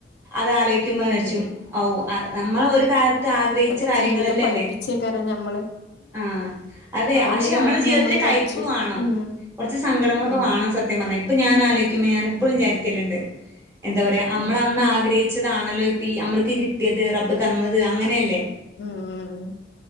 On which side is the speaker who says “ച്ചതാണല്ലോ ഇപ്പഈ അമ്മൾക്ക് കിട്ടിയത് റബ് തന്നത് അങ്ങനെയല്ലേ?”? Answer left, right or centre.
Right